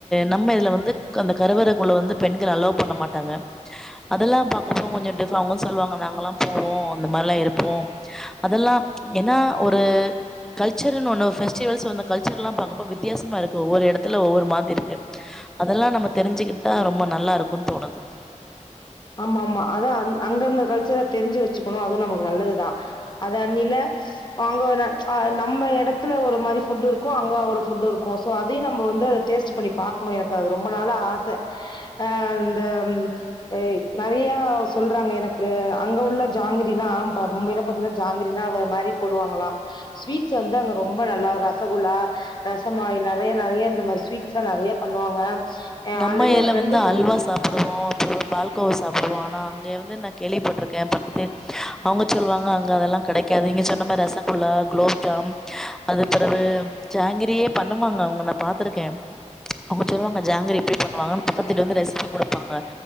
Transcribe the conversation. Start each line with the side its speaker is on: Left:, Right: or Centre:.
Centre: நம்ம இதுல வந்து அந்த கருவறைக்குள்ள வந்து பெண்கள் அலோவ் பண்ண மாட்டாங்க அதெல்லா பாக்கோம்போ கொஞ்சோ டிப்ப சொ அவங்க சொல்வாங்க நாங்களா போவோம் அந்த மாரிலா இருப்போ அதல்லா ஏனா ஒரு கல்சர்னு ஒன்னு ஃபெஸ்டிவல்ஸ் ஒன்னு கல்சர்லா பாக்கபோ ரொம்ப வித்தியாசமா இருக்கு ஒரு இடத்துல ஒவ்வொரு மாதிரி இருக்கு அதெல்லா நம்ம தெரிஞ்சுக்கிட்டா ரொம்ப நல்லா இருக்கும்ன்னு தோணுது
Left: ஆமா ஆமா அத அந் அங்கங்க கல்ச்சர் தெரிஞ்சு வச்சுக்கணு அதுவும் நமக்கு நல்லதுதா அதது அன்னில அங்க நம்ம இடத்துல ஒரு மாதிரி ஃபுட் இருக்கு அங்க ஒரு ஃபுட்டு இருக்கும் சோ அதையும் நம்ம வந்து அத டேஸ்ட் பண்ணி பாக்கணு எனக்கு அது ரொம்ப நாள ஆசை ஆ இந்த ஏ நெறையா சொல்றாங்க எனக்கு அங்க உள்ள ஜாங்கிரிலா மும்ப மும்பையில பாரத்தீங்கன்னா ஜாங்கிரிலா வேற மாரி போடுவாங்களல்லா ஸ்வீட்ஸ் வந்து அங்க ரொம்ப நல்லா ரசகுலா ரசமாயில் நிறைய நெறைய இந்த மாதிரி ஸ்வீட்ஸ் எல்லா நெறையா பண்ணுவாங்க அ
Centre: நம்ம
Left: ஆல்ரெடி
Centre: இல
Left: என் ஃப்ரெண்டு
Centre: வந்து
Left: சொல்லி
Centre: அல்வா சாப்பிடுவோ அப்ரோ பால்க் பால்கோவா சாப்பிடுவோ ஆனா அங்க வந்து நா கேள்விப்பட்டிருக்க பக்கத்து அவங்க சொல்லுவாங்க அங்க அதெல்லா கெடைக்காது இங்க சொன்ன மா ரசகுல்லா குலோப்ஜா அது பிறகு ஜாங்கிரியே பண்ணுவாங்க அவங்க ந பா்த்திருக்க அவங்க சொல்லுவாங்க ஜாங்கிரி <unintelligible> பண்ணுவாங்க பக்கத்துவீட்ல வந்து ரெசிபி குடுப்பாங்க